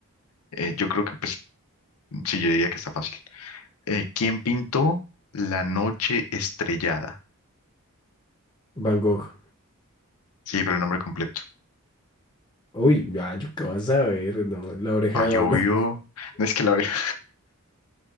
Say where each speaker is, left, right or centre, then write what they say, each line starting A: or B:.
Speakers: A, on the left; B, on the left.
A: Eh, yo creo que, pues, sí, yo diría que está fácil. Eh, ¿quién pintó La Noche Estrellada?
B: Van Gogh.
A: Sí, pero el nombre completo.
B: Uy, ya, yo qué vas a ver, no, la oreja
A: Ay,
B: de Van
A: obvio.
B: Gogh.
A: No es que la oreja.